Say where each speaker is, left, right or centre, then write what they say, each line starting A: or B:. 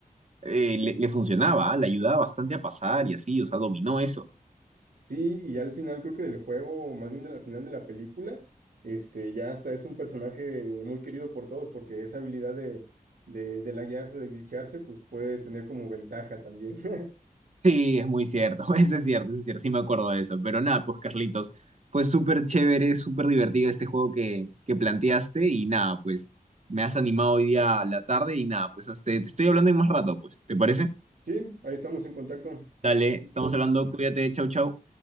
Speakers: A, on the right (about 50°); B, on the right (about 80°).
A: eh, le, le funcionaba, ¿ah? le ayudaba bastante a pasar y así, o sea, dominó eso.
B: Sí, y al final creo que del juego, o más bien de la- al final de la película, este, ya hasta es un personaje muy querido por todos, porque esa habilidad de, de, de laguearse, de glitcharse, pues puede tener como ventaja también. <laughs>
A: Sí, es muy cierto, <laughs> eso es cierto, eso es cierto, sí me acuerdo de eso. Pero nada, pues Carlitos, pues súper chévere, súper divertido este juego que, que planteaste y nada, pues me has animado hoy día a la tarde y nada, pues hasta- te estoy hablando en más rato, pues, ¿te parece?
B: Sí, ahí estamos en contacto. Que
A: Dale,
B: estés muy
A: estamos
B: bien.
A: hablando, cuídate, chau, chau.